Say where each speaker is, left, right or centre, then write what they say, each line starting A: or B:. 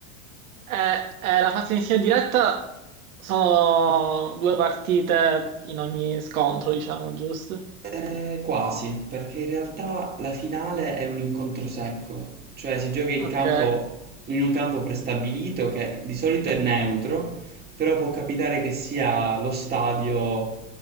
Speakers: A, on the right; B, on the right.
A: Eh, eh, la fase iniziale diretta sono due partite in ogni scontro, diciamo, giusto?
B: Eh, quasi, perché in realtà la finale è un incontro secco, cioè si gioca in
A: Okay.
B: campo, in un campo prestabilito che di solito è neutro, però può capitare che sia lo stadio